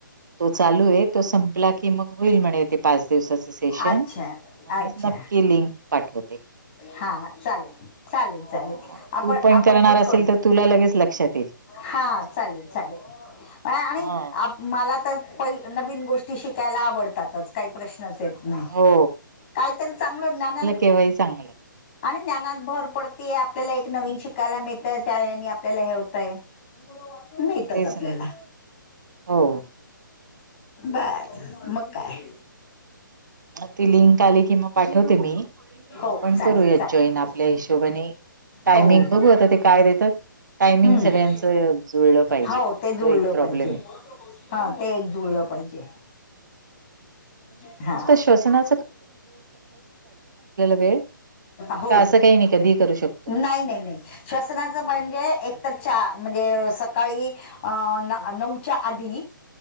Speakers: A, on the right (about 60°); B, on the left (about 30°).
A: तो चालू ये तो संपला कि मग होईल म्हणे. ते पाच दिवसाचं सेशन,
B: अच्छा
A: मी
B: अच्छा
A: नक्की लिंक पाठवते.
B: हा चालेल, चालेल - चालेल,
A: मग
B: आपण
A: तू
B: - आपण
A: करणार
B: पण
A: असेल
B: करू.
A: तर तुला लगेच लक्षात येईल.
B: हा चालेल - चालेल, आणि
A: हां.
B: आप मला तर पै नवीन गोष्टी शिकायला आवडतातचं. काही प्रश्नच येत नाही
A: हो.
B: काय तरी चांगलं ज्ञान
A: केव्हा ही चांगलं.
B: आणि ज्ञानात भर पडतेयं आपल्याला एक नवीन शिकायला मिळतंय, त्या ह्यानी आपल्याला हे होतंय. <unintelligible>
A: तेचं
B: आपल्याला
A: ना हो.
B: बरं मग काय?
A: ती लिंक आली कि मग पाठवते मी.
B: हो
A: आपण
B: चालेल
A: करूयात
B: चालेल
A: जॉईन आपल्या हिशोबाने, टायमिंग
B: हो हो
A: बघू आता ते काय देतात. टायमिंग
B: हम्म
A: सगळ्यांच जुळलं पाहिजे,
B: हो ते जुळलं
A: तो एक प्रॉब्लेम
B: पाहिजे
A: आहे.
B: हा ते एक जुळलं पाहिजे, हा.
A: तसंन अ वेळ
B: हो,
A: का असं काही नाही कधीही करू शकतो.
B: नाही - नाही - नाही. श्वसनाचं म्हणजे, एकतर चहा म्हणजे सकाळी अं - नऊच्या आधी,